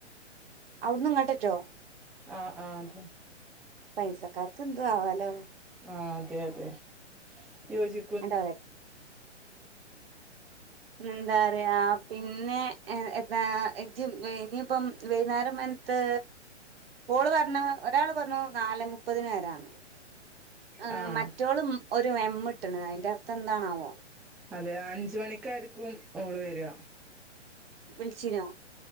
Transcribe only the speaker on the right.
അവ്ട്ന്ന് ഇങ്ങട്ടറ്റോ.
പൈസക്കാര്ക്ക് എന്തു ആവാലോ.
എന്താപറയ എന്താ പറയ. പിന്നെ എ എന്താ ഇജ് പ ഇനിയിപ്പം വൈന്നാര മൻത്ത്. ഓള് പർഞ്ഞ് ഒരാള് പറഞ്ഞു നാലെ മുപ്പതിന് വരാന്ന്. ഏഹ്
മറ്റോളും ഒരു എമ്മിട്ട്ണ് അതിന്റെ അർത്ഥം എന്താണാവോ.
വിൾച്ചിനോ.